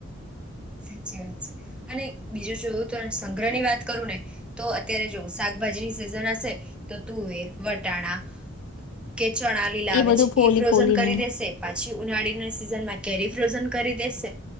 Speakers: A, in the centre; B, on the left.
A: સાચી વાત છે, અને બીજું જોવું તો સંગ્રહ ની વાત કરું ને તો, અત્યારે જો શાકભાજીની સિઝન હશે તો તુવેર, વટાણા કે ચણા લીલા
B: એ
A: લાવે
B: બધું
A: છે,
B: ફોલી
A: એ ફ્રોઝન
B: ફોલીને
A: કરી દેશે. પછી, ઉનાળીના સિઝનમાં કેરી ફ્રોઝન કરી દેશે.